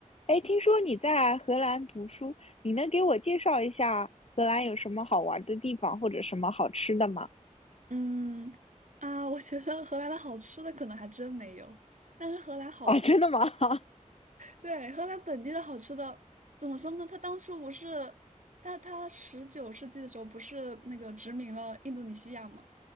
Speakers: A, on the left (about 50°); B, on the right (about 70°).
A: 哎，听说你在荷兰读书，你能给我介绍一下荷兰有什么好玩的地方或者什么好吃的吗？
B: 嗯啊，我觉得荷兰的好吃的可能还真没有，但是荷兰好玩。
A: 啊，真的吗？<laughs> 哈，
B: 对，荷兰本地的好吃的，怎么说呢？他当初不是，他他十九世纪的时候不是那个殖民了印度尼西亚嘛？